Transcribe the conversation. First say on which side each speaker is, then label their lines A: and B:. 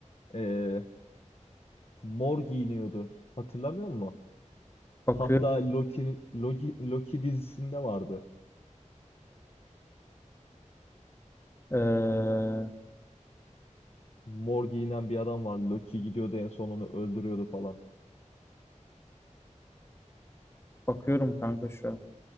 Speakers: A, on the left; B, on the left.
A: E, mor giyiniyordu. Hatırlamıyor musun?
B: Bakıyorum.
A: Hatta Loki'nin Loki, Loki dizisinde vardı.
B: Ee,
A: Mor giyinen bir adam var. Loki gidiyordu en son onu öldürüyordu falan.
B: Bakıyorum kanka şu an.